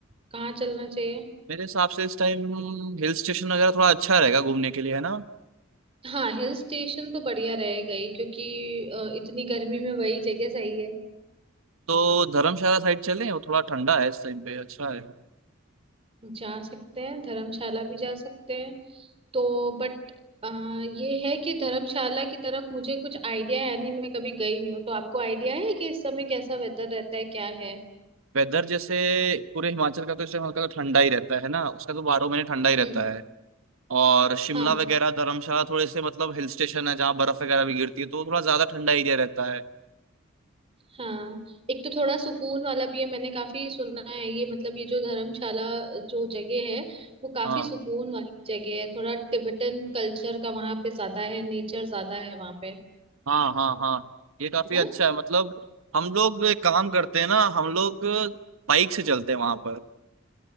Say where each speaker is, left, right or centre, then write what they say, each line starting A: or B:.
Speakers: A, on the right (about 25°); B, on the right (about 70°).
A: कहाँ चलना चाहिए
B: मेरे हिसाब से इस टाइम हिल स्टेशन वगैरह थोड़ा अच्छा रहेगा घूमने के लिए है ना
A: हाँ हिल स्टेशन तो बढ़िया रहेगा ही क्योंकि अ, इतनी गर्मी में वही जगह सही है
B: तो धर्मशाला साइड चलें वो थोड़ा ठंडा है इस टाइम पे अच्छा है
A: जा सकते हैं धर्मशाला भी जा सकते हैं तो बट ये है कि धर्मशाला की तरफ मुझे कुछ आइडिया है नहीं मैं कभी गई नहीं हूँ तो आपको आइडिया है कि इस समय कैसा वेदर रहता है क्या है
B: वेदर जैसे पूरे हिमाचल का तो इस टाइम हल्का सा ठंडा ही रहता है ना उसका तो बारह महीने ठंडा ही रहता
A: हम्म
B: है और शिमला
A: हाँ
B: वगैरह धर्मशाला थोड़े से मतलब हिल स्टेशन है जहाँ बर्फ वगैरह भी गिरती है तो थोड़ा ज्यादा ठंडा एरिया रहता है
A: हाँ एक तो थोड़ा सुकून वाला भी है मैंने काफी सुना है ये मतलब ये जो धर्मशाला जो जगह है वो काफी
B: हाँ
A: सुकून वाली जगह है थोड़ा तिब्बतन कल्चर का वहां पे ज्यादा है नेचर ज्यादा है वहां पे
B: हाँ हाँ हाँ ये काफी
A: ना
B: अच्छा है मतलब हम लोग एक काम करते हैं ना हम लोग बाइक से चलते हैं वहां पर